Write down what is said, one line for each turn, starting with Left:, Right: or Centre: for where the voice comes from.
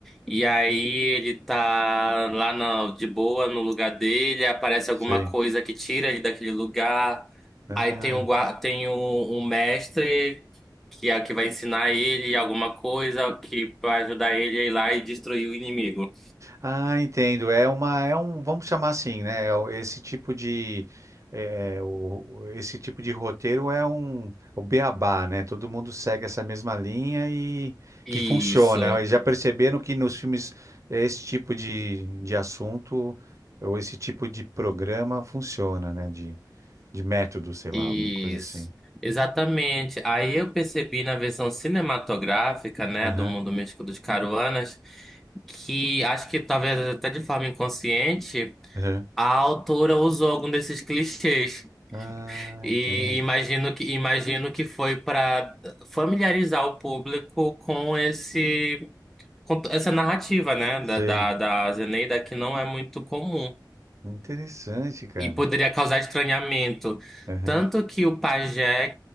Centre: E aí ele tá lá na- de boa no lugar dele, aparece
Right: sei.
Centre: alguma coisa que tira ele daquele lugar.
Right: Aham.
Centre: Aí tem um, gua- tem um, um mestre que é o que vai ensinar ele alguma coisa que vai ajudar ele a ir lá e destruir o inimigo.
Right: Ah, entendo. É uma, é um, vamos chamar assim, né? É o- Esse tipo de, é, é, o- o- esse tipo de roteiro é um, o beabá, né? Todo mundo segue essa mesma linha e
Centre: Isso,
Right: que funciona. Eles já perceberam que nos filmes esse tipo de, de assunto ou esse tipo de programa funciona, né? De, de método, sei lá,
Centre: isso.
Right: alguma coisa assim.
Centre: Exatamente. Aí eu percebi na versão cinematográfica, né,
Right: Aham,
Centre: do Mundo Místico dos Caruanas, que acho que talvez até de forma inconsciente.
Right: aham.
Centre: A autora usou algum desses clichês
Right: Ah,
Centre: e
Right: entendo.
Centre: imagino que imagino que foi para familiarizar o público com esse com essa narrativa, né,
Right: Sei.
Centre: da, da, da Zeneida que não é muito comum
Right: Interessante, cara.
Centre: e poderia causar estranhamento,
Right: Aham.
Centre: tanto que o pajé